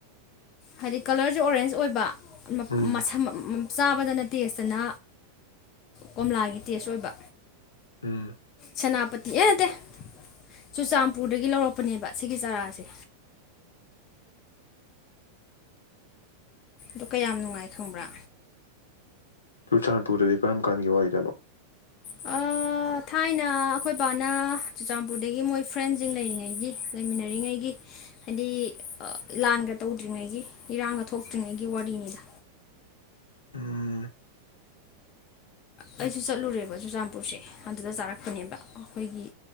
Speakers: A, on the left; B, on the left.
A: ꯍꯥꯏꯗꯤ ꯀꯂꯔꯁꯨ ꯑꯣꯔꯦꯟꯖ ꯑꯣꯏꯕ ꯃ
B: ꯎꯝ
A: ꯃꯁꯝ ꯃ ꯆꯥꯕꯗꯅ ꯇꯦꯁꯇꯅ ꯀꯣꯝꯂꯥꯒꯤ ꯇꯦꯁ ꯑꯣꯏꯕ
B: ꯎꯝ
A: ꯁꯦꯅꯥꯄꯇꯤ ꯑꯦ ꯅꯠꯇꯦ ꯆꯨꯔꯆꯥꯟꯄꯨꯔꯗꯒꯤ ꯂꯧꯔꯛꯄꯅꯦꯕ ꯁꯤꯒꯤ ꯆꯥꯔꯥꯁꯦ ꯗꯨ ꯀꯌꯥꯝ ꯅꯨꯡꯉꯥꯏ ꯈꯪꯕ꯭ꯔꯥ
B: ꯆꯨꯔꯆꯥꯟꯄꯨꯔꯗꯗꯤ ꯀꯔꯝ ꯀꯥꯟꯒꯤ ꯋꯥꯔꯤꯗꯅꯣ
A: ꯑ ꯊꯥꯏꯅ ꯑꯩꯈꯣꯏ ꯕꯥꯅ ꯆꯨꯔꯆꯥꯟꯄꯨꯔꯗꯒꯤ ꯃꯣꯏ ꯐ꯭ꯔꯦꯟꯁꯤꯡ ꯂꯩꯔꯤꯉꯩꯒꯤ ꯂꯩꯃꯤꯟꯅꯔꯤꯉꯩꯒꯤ ꯍꯥꯏꯗꯤ ꯂꯥꯟꯒ ꯇꯧꯗ꯭ꯔꯤꯉꯩꯒꯤ ꯏꯔꯥꯡꯒ ꯊꯣꯛꯇ꯭ꯔꯤꯉꯩꯒꯤ ꯋꯥꯔꯤꯅꯤꯗ
B: ꯎꯝ
A: ꯑꯩꯁꯨ ꯆꯠꯂꯨꯔꯦꯕ ꯆꯨꯔꯆꯥꯟꯄꯨꯔꯁꯦ ꯑꯗꯨꯗ ꯆꯥꯔꯛꯄꯅꯦꯕ ꯑꯩꯈꯣꯏꯒꯤ